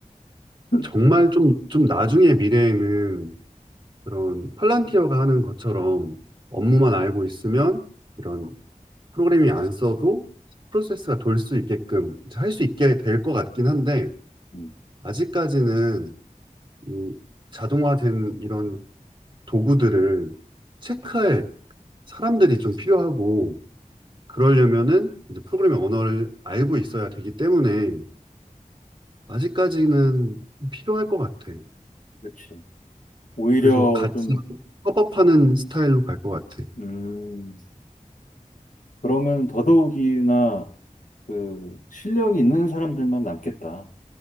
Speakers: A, on the left; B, on the right.
A: <clears throat>
B: 정말 좀, 좀 나중에 미래에는 그런 팔란티어가 하는 것처럼 업무만 알고 있으면 이런 프로그래밍 안 써도 프로세스가 돌 수 있게끔 할 수 있게 될 것 같긴 한데
A: 음,
B: 아직까지는 이 자동화된 이런 도구들을 체크할 사람들이 좀 필요하고 그러려면은 이제 프로그래밍 언어를 알고 있어야 되기 때문에 아직까지는 필요할 것 같아.
A: 그렇지. 오히려
B: 그래서 같이
A: 좀,
B: 협업하는 스타일로 갈 것 같아.
A: 음, 그러면 더더욱이나 그 실력이 있는 사람들만 남겠다.